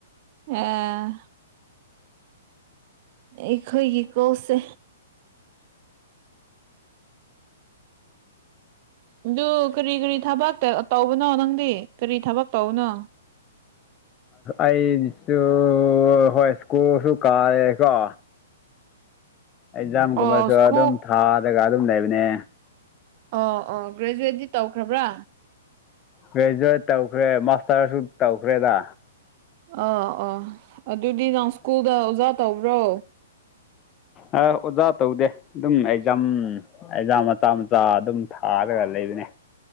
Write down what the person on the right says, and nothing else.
ꯑꯥ ꯑꯩꯈꯣꯏꯒꯤ ꯀꯧꯁꯦ꯫ ꯑꯗꯨ ꯀꯔꯤ ꯀꯔꯤ ꯊꯕꯛ ꯇꯧꯕꯅꯣ ꯅꯪꯗꯤ ꯀꯔꯤ ꯊꯕꯛ ꯇꯧꯕꯅꯣ꯫
ꯑꯣ ꯁ꯭ꯀꯨꯜ
ꯑꯣ ꯑꯣ ꯒ꯭ꯔꯦꯖꯨꯋꯦꯠꯇꯤ ꯇꯧꯈ꯭ꯔꯕ꯭ꯔꯥ
ꯑꯥ ꯑꯥ ꯑꯗꯨꯗꯤ ꯅꯍꯪ ꯁ꯭ꯀꯨꯜꯗ ꯑꯣꯖꯥ ꯇꯧꯕ꯭ꯔꯣ